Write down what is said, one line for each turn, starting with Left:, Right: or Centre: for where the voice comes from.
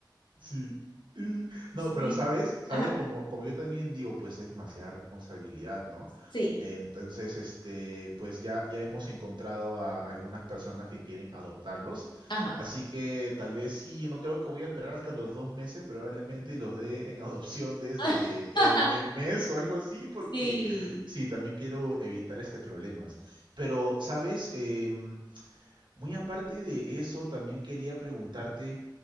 Right: Sí. Mm. No,
Left: Sí.
Right: pero sabes, sabes,
Left: Ajá.
Right: como, como yo también digo, pues es demasiada responsabilidad, ¿no?
Left: Sí.
Right: Entonces, este, pues ya, ya hemos encontrado a algunas personas que quieren adoptarlos.
Left: Ajá.
Right: Así que tal vez sí, no creo que voy a esperar hasta los dos meses, probablemente los dé en <laughs> adopción desde
Left: <laughs>
Right: el, el mes o algo así, porque
Left: Sí.
Right: sí, también quiero evitar este problemas. Pero, ¿sabes? Em, muy aparte de eso, también quería preguntarte,